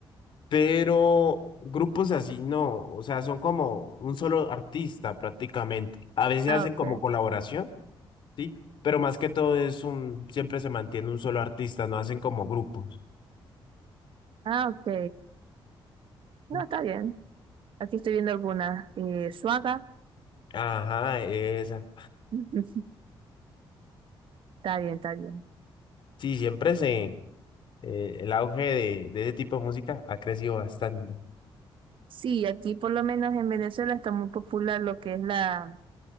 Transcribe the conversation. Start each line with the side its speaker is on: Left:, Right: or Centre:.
Left: pero grupos así no, o sea, son como un solo artista prácticamente. A veces
Right: Ah,
Left: hacen
Right: ok.
Left: como colaboración. Sí, pero más que todo es un, siempre se mantiene un solo artista, no hacen como grupos.
Right: Ah, ok. No,
Left: Sí.
Right: está bien. Aquí estoy viendo algunas. Eh, Suaga.
Left: Ajá, esa.
Right: <laughs> Está bien, está bien.
Left: Sí, siempre se, eh, el auge de, de ese tipo de música ha crecido bastante.
Right: Sí, aquí por lo menos en Venezuela está muy popular lo que es la,